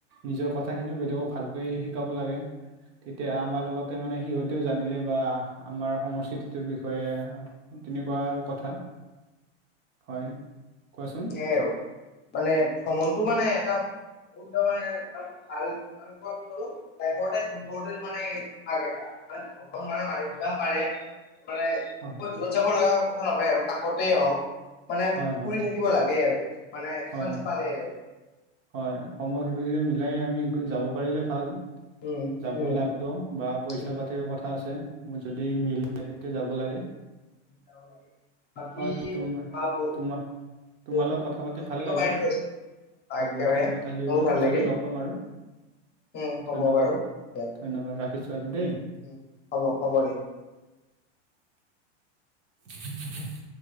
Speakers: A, on the right; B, on the left.
A: নিজৰ কথাখিনিও বেলেগক ভালকৈ শিকাব লাগে, তেতিয়া আমাৰ লগতে মানে সিহঁত তেও জানিলে বা আমাৰ সংস্কৃতিটোৰ বিষয়ে তেনেকুৱা আৰু কথা। হয় কোৱাচোন
B: সেয়াই আৰু মানে ভ্ৰমণটো মানে এটা <unintelligible> ভাল <unintelligible> <unintelligible> এটা ইম্পৰ্টেণ্ট মানে ভাগ এটা মানে ভ্ৰগণ <unintelligible> পাৰে। মানে
A: হয়।
B: দূৰত যাব লাগা কথা নহয় আৰু কাষতেই হওঁক। মানে
A: হয় হয়
B: ফুৰি থাকিব লাগে আৰু মানে
A: হয়
B: চান্স পালেই আৰু।
A: হয়। সময় <unintelligible> মিলাই আমি যাব পাৰিলে ভাল।
B: উম
A: যাব
B: উম
A: লাগে বা পইচা
B: উম
A: পাতিৰ কথা আছে। যদি মিল তেতিয়া যাব লাগে,
B: যাব লাগে বাকী
A: হয় তোমাৰ
B: আহ বহু
A: তোমাৰ তোমাৰ লগত
B: শিকিব
A: কথা পাতি ভালে লাগিল।
B: পাৰিলো আজি
A: হয়
B: একেবাৰে
A: বহুতখিনি কথা <unintelligible>
B: মোৰো ভাল
A: পিছলৈ
B: লাগিল
A: লগ পাম আৰু
B: উম হ'ব
A: ধন্যবাদ।
B: বাৰু দিয়া
A: ধন্যবাদ, ৰাখিছো আজি দেই।
B: উম হ'ব হ'ব দি
A: <unintelligible>